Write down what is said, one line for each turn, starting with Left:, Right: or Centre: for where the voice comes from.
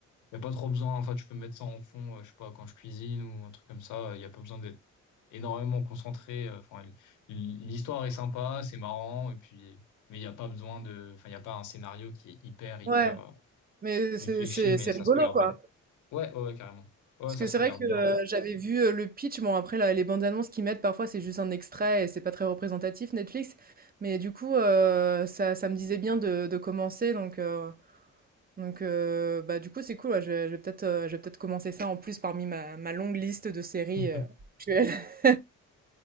Left: n'y a pas trop besoin. Enfin, tu peux mettre ça en fond. euh, je sais pas quand je cuisine ou un truc comme ça. Il n'y a pas besoin d'être énormément concentrée. euh, Enfin, l- l'histoire est sympa, c'est marrant, et puis, mais il n'y a pas besoin de, enfin, il n'y a pas un scénario qui est hyper, hyper
Right: Ouais,
Left: euh,
Right: mais
Left: réfléchi,
Right: c'est c'est
Left: mais
Right: c'est
Left: ça
Right: rigolo,
Left: se regarde
Right: quoi.
Left: bien. Ouais, ouais, ouais, carrément. Ouais,
Right: Parce
Left: ça
Right: que
Left: se
Right: c'est
Left: regarde
Right: vrai que,
Left: bien.
Right: heu, j'avais vu, heu, le pitch. Bon, après la les bandes annonces qu'ils mettent, parfois, c'est juste un extrait et c'est pas très représentatif, Netflix. Mais du coup, heu, ça ça me disait bien de de commencer, donc heu donc heu, bah, du coup, c'est cool, ouais. Je vais je vais peut-être, heu, je vais peut-être commencer ça, en plus, parmi ma ma longue liste de séries,
Left: <laughs>
Right: heu, actuelles. <laughs>